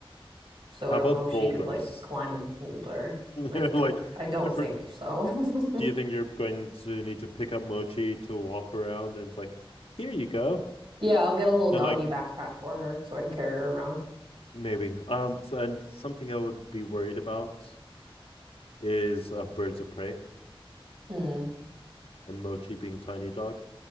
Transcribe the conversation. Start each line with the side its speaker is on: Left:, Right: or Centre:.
Right: so I
Left: How
Right: don't
Left: about
Right: know if she
Left: boulders?
Right: could like climb a boulder.
Left: <laughs>
Right: I d
Left: Like
Right: I don't
Left: if
Right: think
Left: we're
Right: so. <laughs>
Left: Do you think you're going to need to pick up Mochi to walk around and it's like, here you go?
Right: Yeah, I'll get a little doggy
Left: And like
Right: backpack for her so I can carry her around.
Left: maybe. Um so, and something I would be worried about is um, birds of prey
Right: Mm.
Left: and Mochi being tiny dog.